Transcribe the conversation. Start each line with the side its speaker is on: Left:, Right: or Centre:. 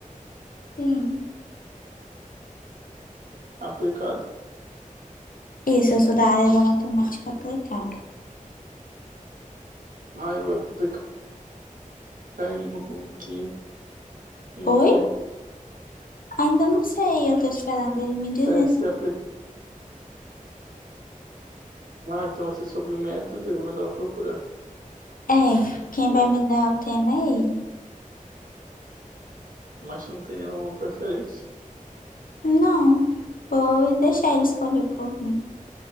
Left: Sim.
Right: aplicado.
Left: Isso, eu sou da área da matemática aplicada.
Right: Ai, vai aplicar em o que, em
Left: Oi?
Right: o que
Left: Ainda não sei, eu tô esperando ele me dizer
Right: vai
Left: assim.
Right: ser aplicado. Ah, então vai ser sobre métodos, eu vou ela procurar.
Left: É, quem vai me dar o tema é ele.
Right: Mas tu não tem nenhuma preferência?
Left: Não, vou deixar ele escolher por mim.